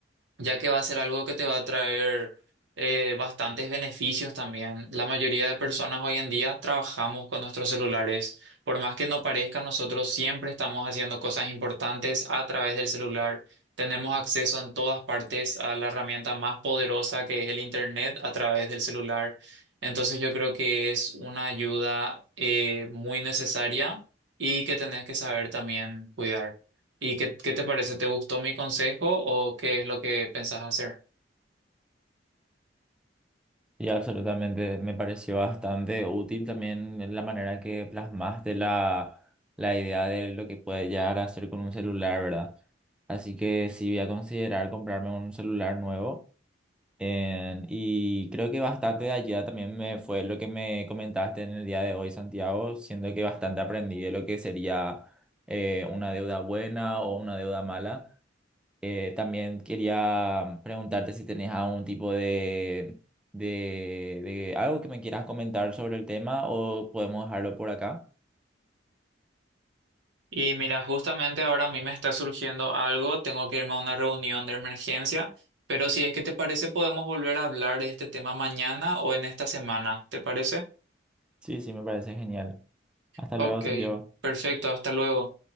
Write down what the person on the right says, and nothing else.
ya que va a ser algo que te va a traer eh, bastantes beneficios también. La mayoría de personas hoy en día trabajamos con nuestros celulares. Por más que no parezca, nosotros siempre estamos haciendo cosas importantes a través del celular. Tenemos acceso en todas partes a la herramienta más poderosa que es el Internet a través del celular. Entonces yo creo que es una ayuda eh, muy necesaria y que tenés que saber también cuidar. ¿Y qué, qué te parece? ¿Te gustó mi consejo o qué es lo que pensás hacer?
Y mira, justamente ahora a mí me está surgiendo algo, tengo que irme a una reunión de emergencia, pero si es que te parece podemos volver a hablar de este tema mañana o en esta semana, ¿te parece?
Ok,
perfecto, hasta luego.